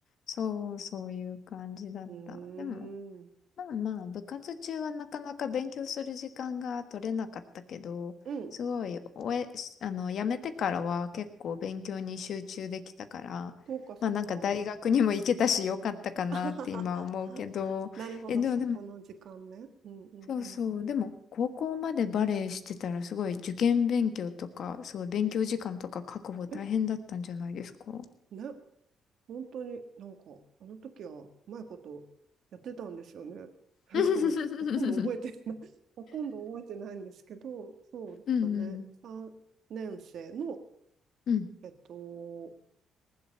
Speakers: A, on the left (about 65°); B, on the right (about 65°).
A: そう、そういう感じだった。
B: うーん。
A: でも、まあまあ、部活中はなかなか勉強する時間が取れなかったけど、
B: うん。
A: すごい、終え、しあの、辞めてからは結構勉強に集中できたから、
B: そうか、そうか。
A: まあなんか大学にも行けたしよかったかなって今は思うけど、
B: <laughs> なるほど、
A: え、でもでも、
B: そこの時間ね。うんうんうん。
A: そうそう、でも高校までバレエしてたらすごい受験勉強とか、すごい勉強時間とか確保大変だったんじゃないですか
B: え、ね、本当になんか、あの時はうまいことやってたんですよね。<laughs> なんかもう、
A: <laughs>
B: ほとんど覚えてない、<laughs> ほとんど覚えてないんですけど、そうだね、
A: うんうん。
B: 3年生の、
A: うん。
B: えっと、